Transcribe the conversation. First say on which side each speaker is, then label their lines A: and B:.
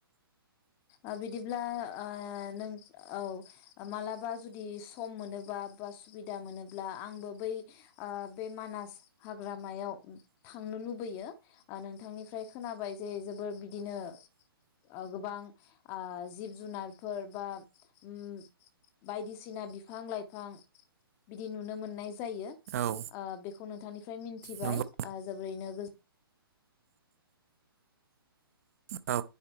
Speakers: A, on the left; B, on the right.
A: ओ बिदिब्ला ओ नों औ मालाबा जुदि सम मोनोबा बा सुबिदा मोनोब्ला आंबो बै ओ बे मानास हाग्रामायाव थांनो लुबैयो नोंथांनिफ्राय खोनाबाय जे जोबोर बिदिनो ओ गोबां ओ जिब जुनारफोर बा उम बायदिसिना बिफां लाइफां बिदि नुनो मोननाय जायो
B: औ
A: ओ बेखौ नोंथांनि फ्राय मिनथिबाय
B: नंगौ
A: ओ जोबोरैनो गोजो
B: औ